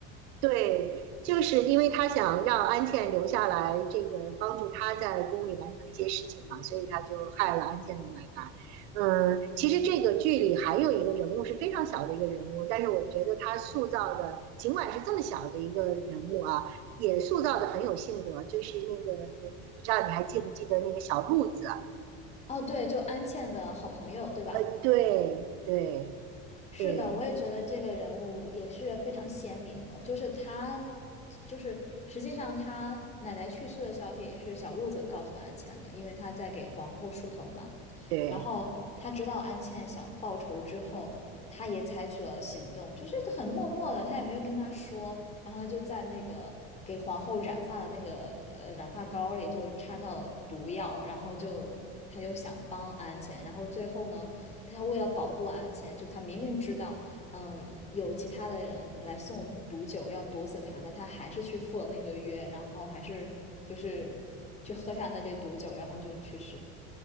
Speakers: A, on the right (about 85°); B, on the left (about 20°).
A: 对，就是因为他想让安茜留下来，这个帮助他在宫里完成一些事情嘛，所以他就害了安茜的奶奶。嗯，其实这个剧里还有一个人物是非常小的一个人物，但是我觉得他塑造的，尽管是这么小的一个人物啊，也塑造的很有性格。就是那个，呃我不知道你还记不记得那个小鹿子啊？
B: 哦，对，就安茜的好朋友，对吧？
A: 呃，对对
B: 是的，
A: 对
B: 我也觉得这个人物也是非常鲜明的，就是他，就是实际上他奶奶去世的消息也是小鹿子告诉安茜的，因为他在给皇后梳头嘛。
A: 对。
B: 然后他知道安茜想报仇之后，他也采取了行动，就是很默默的，他也没有跟他说，然后他就在那个给皇后染发的那个呃染发膏里就掺到了毒药，然后就他就想帮安茜，然后最后呢。他为了保护安茜，就他明明知道，嗯、有其他的人来送毒酒要毒死他但他还是去赴了那个约，然后还是就是去喝下那杯毒酒，然后就去世。